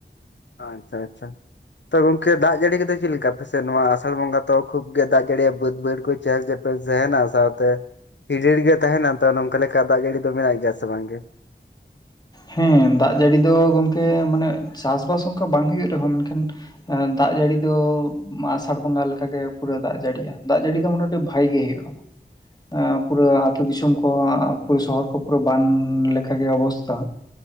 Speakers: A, on the left (about 75°); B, on the left (about 20°).
A: ᱟᱪᱪᱷᱟ ᱟᱪᱪᱷᱟ, ᱛᱚ ᱜᱚᱢᱠᱮ ᱫᱟᱜ ᱡᱟᱹᱲᱤ ᱠᱚᱫᱚ ᱪᱮᱫ ᱞᱮᱠᱟ ᱟᱯᱮ ᱥᱮᱫ ᱱᱚᱣᱟ ᱟᱥᱟᱲ ᱵᱚᱸᱜᱟ ᱛᱚ ᱠᱷᱩᱵ ᱜᱮ ᱫᱟᱜ ᱡᱟᱹᱲᱤᱭᱟᱭ, ᱵᱟᱹᱫ ᱵᱟᱹᱭᱟᱹᱲ ᱠᱚ ᱪᱟᱥ ᱜᱮᱯ, ᱛᱟᱦᱮᱸᱱᱟ ᱥᱟᱶᱛᱮ ᱟᱹᱡᱟᱹᱲᱤᱜᱮ ᱛᱟᱦᱮᱸᱱᱟ ᱛᱚ ᱱᱚᱝᱠᱟ ᱞᱮᱠᱟ ᱫᱟᱜ ᱡᱟᱹᱲᱤ ᱫᱚ ᱢᱮᱱᱟᱜ ᱜᱮᱭᱟ ᱥᱮ ᱵᱟᱝᱜᱮ?
B: ᱦᱮᱸ ᱫᱟᱜ ᱡᱟᱹᱲᱤ ᱫᱚ ᱜᱚᱢᱠᱮ ᱢᱟᱱᱮ ᱪᱟᱥᱵᱟᱥ ᱚᱱᱠᱟ ᱵᱟᱝ ᱦᱩᱭᱩᱜ ᱨᱮᱦᱚᱸ ᱢᱮᱱᱠᱷᱟᱱ? ᱫᱟᱜ ᱡᱟᱹᱲᱤ ᱫᱚ ᱟᱥᱟᱲ ᱵᱚᱸᱜᱟ ᱞᱮᱠᱟᱜ ᱜᱮ ᱯᱩᱨᱟᱹ ᱫᱟᱜ ᱡᱟᱹᱲᱤᱼᱟ ᱾ᱫᱟᱜ ᱡᱟᱹᱲᱤ ᱫᱚ ᱢᱚᱴᱮᱴᱤ ᱵᱷᱟᱜᱤ ᱜᱮ ᱦᱩᱭᱩᱜᱼᱟ ᱾ ᱟᱸ ᱩᱱᱠᱩ ᱫᱚ ᱟᱹᱛᱩᱳ ᱫᱤᱥᱚᱢ ᱠᱚ ᱯᱩᱨᱟᱹ ᱥᱚᱦᱚᱨ ᱠᱚ ᱯᱩᱨᱟᱹ ᱵᱟᱱ ᱞᱮᱠᱟᱜᱮ ᱚᱵᱚᱥᱛᱟ,